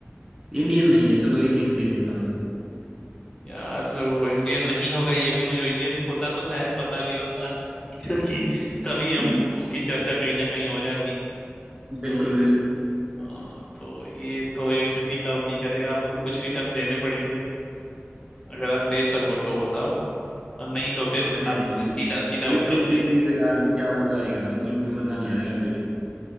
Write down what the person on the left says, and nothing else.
यार जो इंडियन नहीं होगा ये भी मुझे इंडियन होता तो शायद पता भी होता <laughs> क्योंकि तभी
हम उसकी चर्चा कहीं ना कहीं हो जाती
तो अ, तो ये तो इंट भी काम नहीं करेगा आपको कुछ विकल्प देने पड़ेंगे अगर आप दे सको तो बताओ और नहीं तो फिर
आप
मुझे सीधा सीधा
उत्तर ही दे
दे